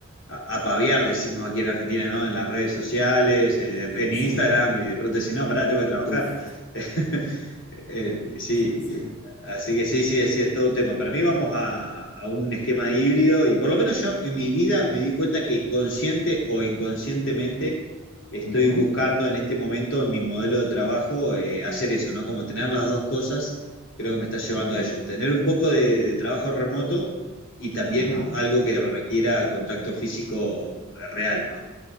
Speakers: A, on the left; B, on the left.
A: a- a paviar, decimos aquí en Argentina, ¿no? En las redes sociales, eh, de-
B: Sí,
A: en Instagram,
B: sí.
A: y de pronto decís, no, pará, tengo que trabajar.
B: Uf,
A: <laughs> Eh, sí,
B: sí, sí.
A: así que sí, sí, sí, es todo un tema. Para mí vamos a, a un esquema híbrido y por lo menos yo en mi vida me di cuenta que consciente o inconscientemente, estoy
B: Ujú,
A: buscando en este momento en mi modelo de trabajo eh, hacer eso, ¿no? Como tener las dos cosas, creo que me está llevando
B: Ok,
A: a ello. Tener un poco de, de trabajo remoto y también
B: ajá.
A: algo que requiera contacto físico real, ¿no?